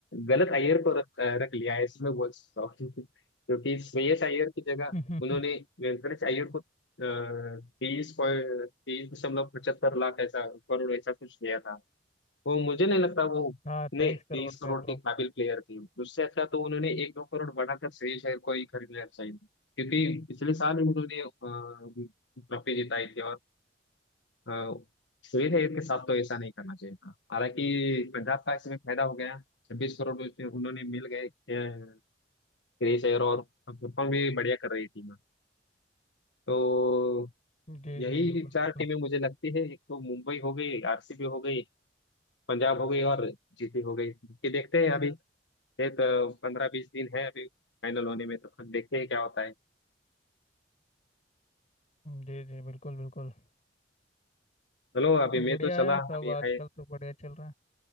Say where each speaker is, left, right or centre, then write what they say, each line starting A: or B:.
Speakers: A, on the left; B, on the left.
A: गलत अय्यर को रख रख लिया है, ऐसे मैं बोल सकता हूँ <laughs> क्योंकि श्रेयस अय्यर की जगह
B: <laughs>
A: उन्होंने वेंकटेश अय्यर को तेईस पॉइंट तेईस दशमलव पचहत्तर लाख ऐसा करोड़ ऐसा कुछ दिया था वो मुझे नहीं लगता वो उतने
B: हाँ तेईस करोड़
A: तेईस
B: पे
A: करोड़
B: अप्रोक्स
A: के काबिल प्लेयर थे उससे अच्छा तो उन्होंने एक दो करोड़ बढ़ाकर श्रेयस अय्यर को ही खरीद लिया शायद क्योंकि पिछले साल ही उन्होंने अ, ट्रॉफी जिताई थी और अ, श्रेयस अय्यर के साथ तो ऐसा नहीं करना चाहिए था हालांकि पंजाब का इसमें फायदा हो गया छब्बीस करोड़ उससे उन्होंने मिल गए अ, श्रेयस अय्यर और परफॉर्म भी बढ़िया कर रही थी तो
B: जी
A: यही
B: जी बिल्कुल बिल्कुल
A: चार टीमें मुझे लगती है एक तो मुंबई हो गई आरसीबी हो गई पंजाब हो गई और जीटी हो गई ये देखते हैं अभी ये तो पंद्रह बीस दिन है अभी फाइनल होने में तो खुद देखते हैं क्या होता है
B: जी जी बिल्कुल बिल्कुल
A: चलो अभी
B: तो
A: मैं
B: बढ़िया
A: तो चला
B: है सब
A: अभी
B: आजकल
A: है
B: तो बढ़िया चल रहा है